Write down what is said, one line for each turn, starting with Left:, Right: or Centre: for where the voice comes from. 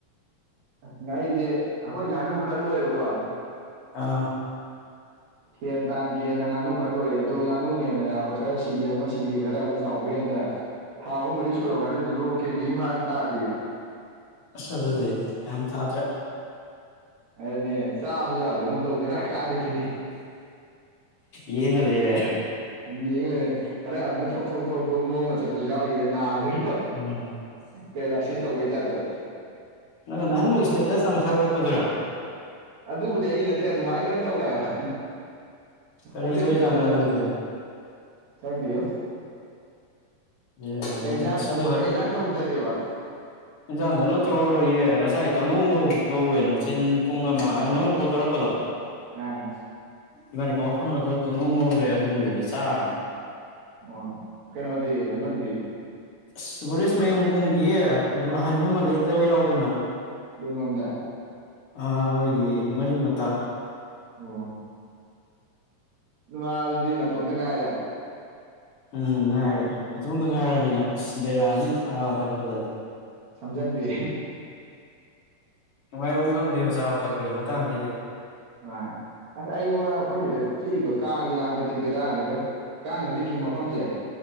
Right: ꯑꯁ ꯉꯥ ꯑꯩꯗꯤ ꯑꯩꯈꯣꯏ ꯉꯥꯅꯨ ꯈꯔ ꯂꯣꯏꯌꯦꯕꯀꯣ
Left: ꯑꯥ
Right: ꯁꯦꯟ ꯇꯥꯟꯒꯦꯅ ꯉꯥꯅꯨ ꯈꯔ ꯂꯣꯏꯔꯦ ꯑꯗꯣ ꯉꯥꯅꯨꯅꯦꯅ ꯅꯥꯕ ꯈꯔ ꯁꯤꯒꯤ ꯑꯃ ꯁꯤꯒꯤ ꯈꯔ ꯑꯃ ꯆꯥꯎꯕ ꯍꯦꯟꯗ ꯊꯥ ꯑꯍꯨꯝ ꯃꯔꯤ ꯁꯨꯔꯕ ꯉꯥꯅꯨ ꯖꯤꯕꯨ ꯀꯦꯖꯤ ꯑꯃꯝꯐꯥꯅ ꯇꯥꯗꯦꯅꯦ
Left: ꯑꯁ ꯑꯗꯨꯗꯤ ꯌꯥꯝ ꯇꯥꯗ꯭ꯔꯦ
Right: ꯑꯗꯨꯅꯦ ꯆꯥꯕꯖꯨ ꯌꯥꯗꯒꯨꯝ ꯇꯧ ꯕꯦꯔꯥ ꯀꯥꯗꯦ ꯁꯤꯗꯤ
Left: ꯌꯦꯡꯉ ꯂꯩꯔꯦ
Right: ꯌꯦꯡꯉ ꯂꯩꯦ ꯈꯔ ꯑꯃꯅ ꯊꯣꯛ ꯊꯣꯛ ꯊꯣꯛ ꯊꯣꯛ ꯅꯣꯝꯃ ꯆꯠꯄꯁꯨ ꯌꯥꯎꯔꯤꯌꯦ ꯅꯥ ꯕꯒꯤ
Left: ꯎꯝ
Right: ꯄꯦꯔꯂꯥꯢꯁꯤꯁ ꯇꯧꯕꯩ ꯇꯥꯢꯞꯇ
Left: ꯅꯪ ꯅꯍꯥꯟꯃꯨꯛ ꯏꯁꯇꯦꯇꯁ ꯑꯃ ꯊꯥꯒꯠꯂꯛꯄꯗꯨꯔꯥ
Right: ꯑꯗꯨꯕꯨꯗꯤ ꯑꯩ ꯅꯠꯇꯦ ꯑꯗꯨꯃꯥꯏꯅ ꯂꯣꯏ ꯇꯧꯔꯦꯑꯕ
Left: ꯀꯔꯤꯒꯤ
Right: ꯑꯗꯨ
Left: ꯑꯣꯏꯖꯥꯠꯅꯣ
Right: ꯐꯤꯕꯝꯗꯨꯗ
Left: ꯑꯗꯨꯗꯤ
Right: ꯀꯪꯗꯦꯑꯣ
Left: ꯕꯦꯔꯥꯅꯤ
Right: ꯀꯩꯟꯖꯥꯡ
Left: ꯑꯁ ꯑꯗꯨ
Right: ꯀꯩ ꯌꯦꯟꯖꯥꯡ ꯇꯧꯗꯒꯦꯕ
Left: ꯌꯦꯟꯖꯥꯡ ꯀꯩꯅꯣ ꯇꯧꯔꯔꯣꯏꯌꯦ ꯉꯁꯥꯏ ꯀꯥꯡꯉꯧ ꯉꯧ ꯉꯧꯋꯦ ꯅꯨꯡꯊꯤꯟ ꯄꯨꯡ ꯑꯃ ꯑꯩ ꯅꯪꯉꯣꯟꯗ ꯀꯣꯜ ꯇꯧꯔꯛꯄꯗꯣ
Right: ꯑ
Left: ꯏꯕꯥꯅꯤ ꯏꯄꯥꯎ ꯐꯥꯎꯅꯔꯗ ꯀꯪꯉꯧ ꯉꯧꯔꯦ ꯑꯗꯨꯕꯨ ꯍꯩꯅ ꯆꯥꯔꯅꯤ
Right: ꯑꯣ ꯀꯩꯅꯣꯗꯤ ꯑꯃꯗꯨꯗꯤ?
Left: ꯑꯁ ꯕꯣꯔꯤꯁ ꯃꯌꯨꯝꯒꯨꯝꯒꯤꯌꯦ ꯑꯍꯟ ꯑꯃ ꯂꯩꯇꯕ ꯌꯥꯎꯗꯅ꯫
Right: ꯌꯨꯝꯂꯣꯝꯗ?
Left: ꯑ ꯃꯣꯏꯒꯤ ꯃꯔꯤ ꯃꯇꯥ꯫
Right: ꯑꯣ ꯃꯥ ꯑꯗꯨꯗꯤ ꯅꯥꯇꯣꯝꯇ ꯉꯥꯏꯔꯦ?
Left: ꯎꯝ ꯉꯥꯏꯔꯦ ꯏꯗꯣꯝꯗ ꯉꯥꯏꯔꯕꯃꯤꯅ ꯑꯁ ꯕꯦꯔꯥꯅꯤ ꯆꯥꯕ ꯊꯛꯄꯗꯗꯤ꯫
Right: ꯁꯝꯖꯟꯕꯤ
Left: ꯅꯨꯡꯉꯥꯏꯕ ꯈꯪꯗꯦꯕ ꯆꯥꯕ ꯊꯛꯄꯒꯤ ꯃꯇꯥꯡꯁꯤꯗꯤ
Right: ꯑ ꯑꯁ ꯑꯩꯉꯣꯟ ꯑꯩꯈꯣꯏ ꯁꯤꯗ ꯆꯤꯛꯏꯕ ꯀꯥꯡꯁꯤꯅ ꯍꯟꯗꯛꯇꯤ ꯕꯦꯔꯥꯅꯦꯕ ꯀꯥꯡꯅ ꯆꯤꯛꯈꯤ ꯃꯐꯝꯁꯦ